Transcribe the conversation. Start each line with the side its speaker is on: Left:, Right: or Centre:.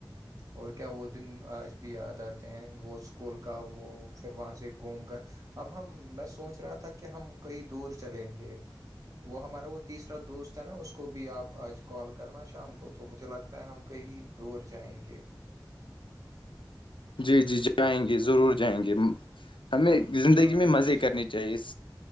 Right: اور کیا وہ دن آج بھی یاد آتے ہیں وہ اسکول کا وہ پھر وہاں سے گھوم کر اب ہم میں سوچ رہا تھا کہ ہم کئی دور چلیں گے وہ ہمارا وہ تیسرا دوست ہے نا اس کو اس کو بھی آپ آج کال کرنا شام کو تو مجھے لگتا ہے ہم کہیں دور جائیں گے <inaudible>
Left: جی جی جائیں گے ضرور جائیں گے ہمیں زندگی
Right: ہاں
Left: میں مزے
Right: اس
Left: کرنی
Right: سے
Left: چاہیے اس